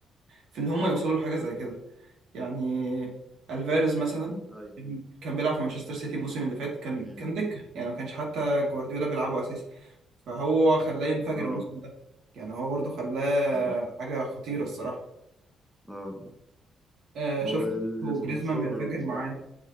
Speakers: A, on the right (about 70°); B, in the centre.
A: في ان هم يوصلوا لحاجه زي كده يعني الفاريز مثلا
B: ايوه
A: كان كان بيلعب في مانشستر سيتي الموسم اللي فات كان
B: مم.
A: كان دكه يعني ما كانش حتى جوارديولا بيلعبه اساسي فهو خلاه ينفجر
B: اه
A: الموسم ده يعني هو برضو خلاه
B: مم.
A: حاجه خطيره الصراحه
B: اه
A: آه شفنا
B: واللي
A: وجريزمان
B: اسمه سورلوس
A: بينفجر معاه
B: ده